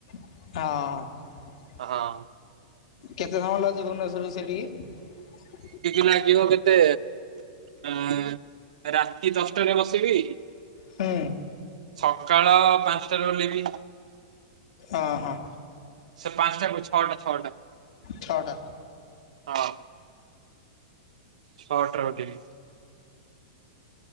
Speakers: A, on the left (about 60°); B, on the right (about 80°).
A: ହଁ।
B: ହଁ।
A: କେତେ ସମୟ ଲାଗୁଛି ଭୁବନେଶ୍ଵରରୁ ସେଠିକି
B: ଲାଗିବ କେତେ ଅ ରାତି ଦଶଟାରେ ବସିବି
A: ହୁଁ
B: ସକାଳ ପାଞ୍ଚଟା ରେ ଓଲ୍ହିବି।
A: ଅ ହଁ।
B: ସେ ପାଞ୍ଚଟାକୁ ଛଅଟା ଛଅଟା
A: ଛଅଟା
B: ହଁ। ଛଆଟାରେ ଉଠିବି।